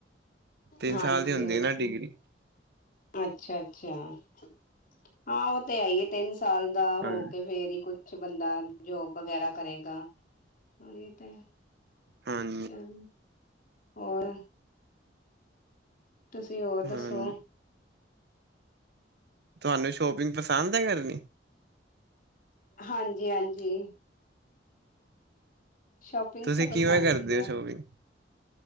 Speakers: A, on the right (about 60°); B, on the left (about 50°).
A: ਤਿੰਨ
B: ਹਾਂਜੀ
A: ਸਾਲ ਦੀ ਹੁੰਦੀ
B: ਬਿਲਕੂਲ।
A: ਹੈ ਨਾ ਡਿਗਰੀ
B: ਅੱਛਾ- ਅੱਛਾ, ਹਾਂ ਉਹ ਤੇ ਹੈ ਹੀ ਹੈ। ਤਿੰਨ ਸਾਲ ਦਾ
A: ਹਾਂ
B: ਹੋ ਕੇ ਫੇਰ ਹੀ ਕੁਛ ਕੁਛ ਬੰਦਾ ਜੋਬ ਵਗੈਰਾ ਕਰੇਗਾ। ੳਹੀ ਤੇ
A: ਹੂੰ।
B: ਚਲ ਹੋਰ? ਤੁਸੀਂ ਹੋਰ
A: ਹਾਂਜੀ
B: ਦੱਸੋ?
A: ਤੁਹਾਨੂੰ ਸ਼ੋਪਿੰਗ ਪਸੰਦ ਏ ਕਰਨੀ?
B: ਹਾਂਜੀ- ਹਾਂਜੀ। ਸ਼ੋਪਿੰਗ
A: ਤੁਸੀਂ
B: ਤੇ
A: ਕਿਵੇਂ
B: ਪਸੰਦ
A: ਕਰਦੇ
B: ਹੀ ਹੈ।
A: ਹੋ ਸ਼ੋਪਿੰਗ